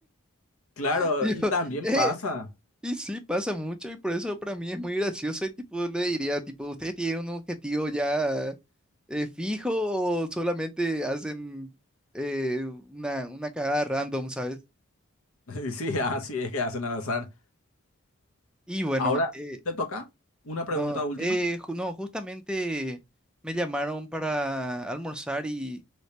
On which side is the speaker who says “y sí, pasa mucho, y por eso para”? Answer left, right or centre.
Centre